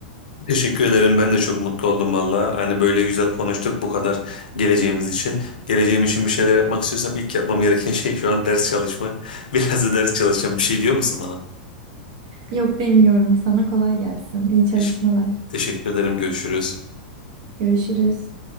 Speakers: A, on the left; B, on the right.
A: Teşekkür ederim. Ben de çok mutlu oldum valla. Hani böyle güzel konuştuk bu kadar geleceğimiz için. Geleceğim için bir şeyler yapmak istiyorsam ilk yapmam gereken <laughs> şey şu an ders çalışmak. <laughs> Biraz da ders çalışacağım. Bir şey diyor musun bana?
B: Yok demiyorum sana kolay gelsin. İyi çalışmalar.
A: Teş- teşekkür ederim. Görüşürüz.
B: Görüşürüz.